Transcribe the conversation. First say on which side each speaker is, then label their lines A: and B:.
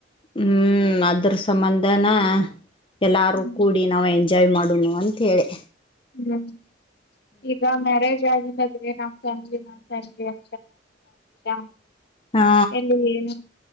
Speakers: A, on the left; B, on the left.
A: ಹ್ಮ್ ಅದ್ರ ಸಂಬಂಧನಾ ಎಲ್ಲಾರು
B: ಹ್ಮ್
A: ಕೂಡಿ ನಾವ್ ಎಂಜಾಯ್ ಮಾಡೋಣ ಅಂತೇಳಿ
B: ಹ್ಮ್ ಈಗ ಮ್ಯಾರೇಜ್ ಆಗಿಲ್ಲ ನಾನ್ ಫ್ಯಾಮಲಿ ನಾನ್ ಫ್ಯಾಮಿಲಿ ಅ ಅಂದ
A: ಹಾ
B: ಎಲ್ಲಿಏನು